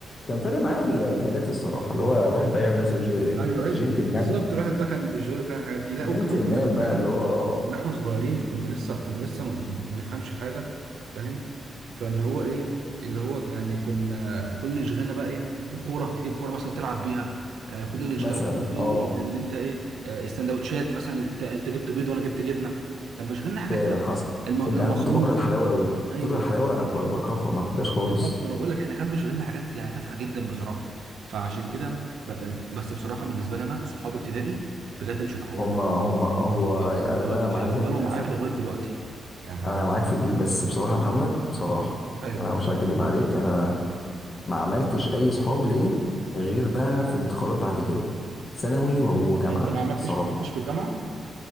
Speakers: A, on the left (about 35°); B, on the right (about 80°).
A: كان فارق معايا ال- البنات الصراحه اللي هو الواحد بقى يعمل نفسه جي-
B: ايوه ايوه
A: جنتلمان
B: بالظبط الواحد بقى كان بيشغله فعلا الحاجات دي لا
A: جنتلمان
B: وكمان كنا كنا
A: بقى
B: احنا
A: اللي هو اه
B: من احنا صغيرين كنا لسه كنا لسه ما, ما نفهمش حاجه فاهم فان هو ايه اللي هو يعني كنا كل اللي شغلنا بقى ايه الكوره تجيب كوره مثلا وتلعب بيها آه كل اللي شغلك
A: مثلا
B: برضو
A: اه
B: اللي انت ايه آه السندوتشات مثلا انت انت جبت بيض وانا جبت جبنه كان بيشغلنا حاجات
A: فعلا حصل
B: الم-
A: انت-
B: المصروف
A: انا كنت بكره الحلاوه قوي
B: ايوه
A: بتكره الحلاوه انا
B: <laughs>
A: ب- بكرهها ما بحبهاش خالص
B: بالظبط انا بقول لك احنا كان بيشغلنا حاجات يعني تافهه جدا بصراحه فعشان كده ب- بس بصراحه بالنسبه لي انا صحاب ابتدائي بجد مش هيتعوضوا
A: هما هما هو
B: لا،
A: انا
B: واللي
A: بقى
B: هو
A: معلم
B: هيفضلوا
A: للاسف
B: معاك لغايه دلوقتي يعني
A: انا معاك في دي بس بصراحه يا محمد بصراحه
B: مم. ايوه
A: انا مش هكدب عليك انا ما عملتش اي صحاب ليا غير بقى في انتقالات بعد كده ثانوي وجامعه
B: يعني انت ما عملتش
A: صراحه
B: ما عملتش في الجامعه